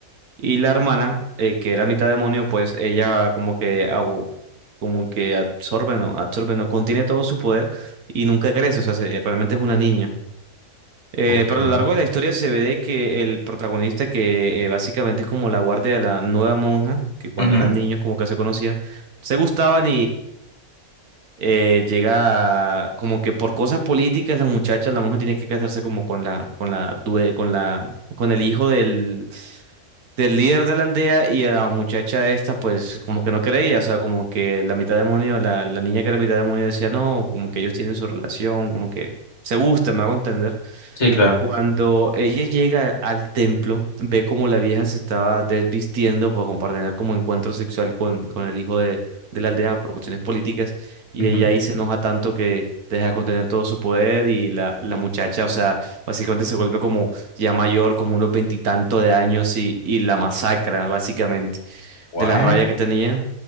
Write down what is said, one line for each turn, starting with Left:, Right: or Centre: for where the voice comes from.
Right: Y la hermana, eh, que era mitad demonio, pues ella como que, agu- como que absorbe, no, absorbe, no, contiene todo su poder y nunca crece, o sea, se- realmente es una niña. Eh,
Left: Ok.
Right: pero a lo largo de la historia se ve de que el protagonista, que eh, básicamente es como la guardia de la nueva monja, que cuando
Left: Ujú.
Right: eran niños como que se conocían, se gustaban eh, llega a- como que por cosas políticas la muchacha, la monja tiene que casarse como con la, con la, due- con la, con el hijo del, del líder de la aldea y a la muchacha esta pues como que no creía, o sea, como que la mitad demonio, la, la niña que era mitad demonio decía no, como que ellos tienen su relación, como que se gusta, me hago entender.
Left: Sí, claro.
Right: Cuando ella llega al templo, ve como la vieja se estaba desvistiendo para compartir como encuentro sexual con, con el hijo de, de la aldea por cuestiones políticas y
Left: Ujú.
Right: ella ahí se enoja tanto que deja de contener todo su poder y la, la muchacha, o sea, básicamente se vuelve como ya mayor, como unos veintitantos de años y, y la masacra, básicamente
Left: What?
Right: de la rabia que tenía.